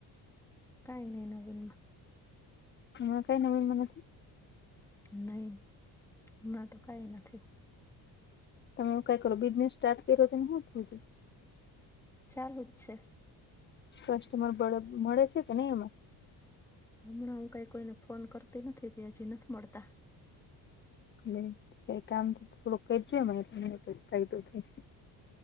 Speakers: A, in the centre; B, on the left (about 25°).
A: કઈ નહી નવીનમા
B: હા કઈ નવીન મા નથી
A: નહી મારતો કાઈ નથી
B: તમે કઈ કરો બિઝનેસ સ્ટાર્ટ કર્યો તોને હુ થયું
A: ચાલું જ છે.
B: કસ્ટમર બડે મળે છે કે નહી એમાં.
A: હમણાં હું કઈ કોઈને ફોન કરતી નથી તે હજી નથ મળતા.
B: એ કઈ કામ થોડું કરજો એટલે મન કઈ ફાયદો થાય.